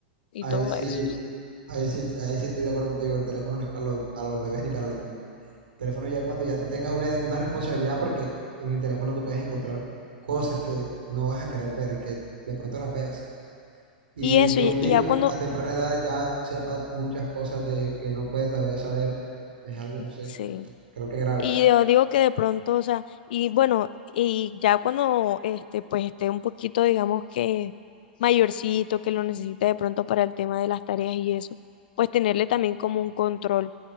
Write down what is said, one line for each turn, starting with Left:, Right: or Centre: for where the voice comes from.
Left: y
Right: ahí
Left: todo
Right: sí,
Left: eso.
Right: ahí sí, ahí sí estoy de acuerdo contigo, el teléfono no es para los, para los bebés ni para los niños. teléfono ya cuando ya tú tengas una, una responsabilidad, porque en el teléfono tú puedes encontrar cosas que no vas a querer ver y que de pronto las veas. Y
Left: Y eso,
Right: que
Left: y,
Right: un niño
Left: y ya cuando,
Right: a temprana edad ya sepa muchas cosas de que no puede todavía saber, es algo, no sé,
Left: sí,
Right: creo que grave.
Left: y yo digo que de pronto, o sea, y bueno, y ya cuando, este, pues esté un poquito, digamos que mayorcito, que lo necesite de pronto para el tema de las tareas y eso, pues tenerle también como un control.